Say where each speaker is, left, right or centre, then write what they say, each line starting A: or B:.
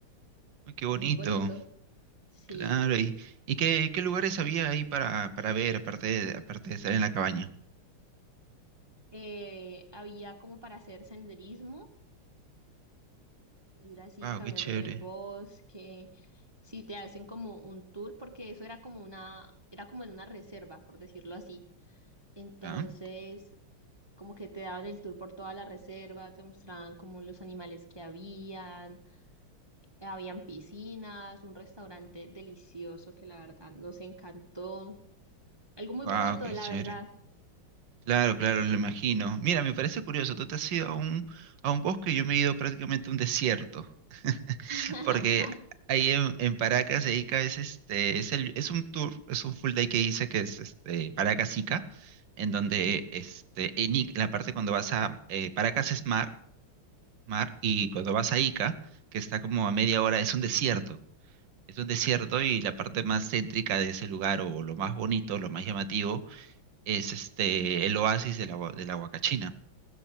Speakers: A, on the right; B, on the right.
A: Ay, qué bonito,
B: muy bonito, sí.
A: claro, y, y qué, qué lugares había ahí para, para ver, aparte de, aparte de estar en la cabaña.
B: Eh, había como para hacer senderismo ir así
A: Wow,
B: caminando
A: qué chévere.
B: por el bosque, si te hacen como un tour, porque eso era como una, era como en una reserva, por decirlo así. Entonces,
A: ¿Ya?
B: como que te daban el tour por toda la reserva, te mostraban como los animales que habían, habían piscinas, un restaurante delicioso que la verdad nos encantó. Algo muy
A: Wow,
B: bonito,
A: qué
B: la
A: chévere.
B: verdad.
A: Claro, claro, lo imagino. Mira, me parece curioso, tú te has ido a un, a un bosque y yo me he ido prácticamente a un desierto, <laughs>
B: <laughs>
A: porque ahí en, en Paracas, de Ica, es, este, es, el, es un tour, es un full day que hice que es este, Paracas Ica, en donde este, en Ica- la parte cuando vas a eh, Paracas es mar, mar, y cuando vas a Ica, que está como a media hora, es un desierto. Es un desierto y la parte más céntrica de ese lugar, o lo más bonito, lo más llamativo, es este, el oasis de la, Hua- de la Huacachina